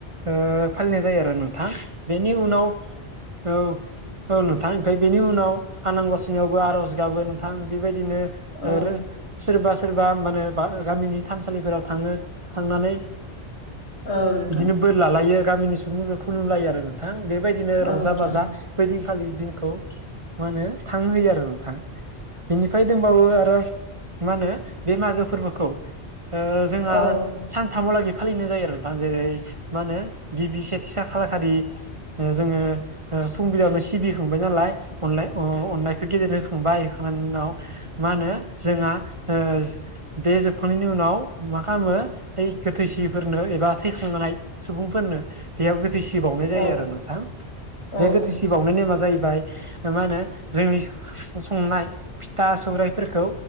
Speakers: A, on the right (about 35°); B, on the left (about 85°).
A: ओ फालिनाय जायो आरो नोंथां बेनि उनाव औ औ नोंथां ओमफ्राय बेनि उनाव आनांगसनियावबो आर'ज गाबो नोंथां बेबायदिनो
B: औ
A: आरो सोरबा सोरबा माने बा गामिनि थानसालिफोराव थाङो थांनानै
B: औ नोंथां
A: बिदिनो बोर लालायो गामिनि सुबुं खुलुमलायो आरो नोंथां बेबायदिनो
B: औ नोंथां औ
A: रंजा
B: नोंथां
A: बाजा बैदिनखालि दिनखौ मा होनो थां होयो आरो नोंथां बेनिफ्राय दंबावो आरो मा होनो बे मागो फोरबोखौ ओ जोंहा
B: औ औ
A: सानथामहालागै फालिनाय जायो आरो नोंथां जेरै मा होनो गिबि सेथिसा खालारखालि जोङो ओ फुंबिलायावनो सिबिखांबाय नालाय अनलाय अ अननायखौ गेदिररोखोम बायैखांनायनि उनाव मा होनो जोंहा ओ बे जोबखांनायनि उनाव मा खालामो ओय गोथैसिफोरनो एबा थैखांनाय सुबुंफोरनो बेयाव गोथै सि बावनाय जायो
B: औ
A: आरो नोंथां बे
B: औ
A: गोथै
B: औ
A: सि बावनाय नेमा जाहैबाय जों मा होनो जोंनि संनाय फिथा सौराइफोरखौ